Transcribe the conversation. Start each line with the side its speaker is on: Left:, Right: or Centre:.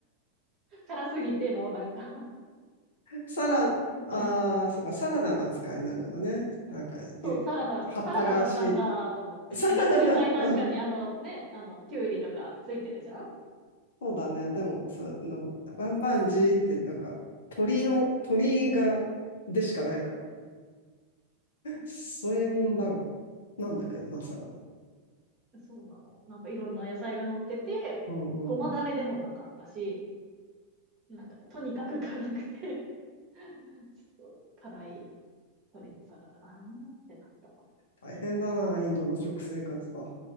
Right: 辛すぎて、もうなんか <laughs>
Left: サラ、
Right: あ、ええみたいな。
Left: ああ、そうか、サラダの扱いになるのね。なんか、
Right: そう、
Left: い葉っぱがし、
Right: サラダ、サラダだったんだと思って。
Left: サラダだったの
Right: うん、冷たい、確かに、あのね、あの、きゅうりとかついてるじゃん
Left: そうだね。でも、その、バンバンジーって、なんか、鳥の、鳥が、でしかないから。そういうもんだ、なんだけどな、サラダ。
Right: そうなの。なんかいろんな野菜が乗ってて、
Left: うんうん。
Right: ごまだれでもなかったし、なんかね、とにかく辛くて <laughs> ちょっと辛い鶏のサラダだなってなった。
Left: 大変だな、インドの食生活は。